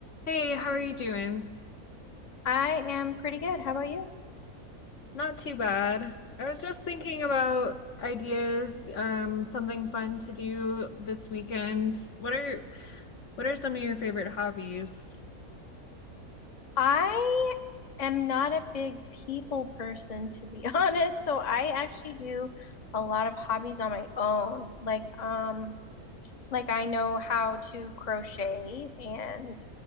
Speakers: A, on the left; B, on the left.
A: Hey, how are you doing?
B: I am pretty good. How about you?
A: Not too bad. I was just thinking about ideas, um, something fun to do this weekend. What are what are some of your favorite hobbies?
B: I am not a big people person, to be <laughs> honest. So I actually do a lot of hobbies on my own. Like, um, like I know how to crochet and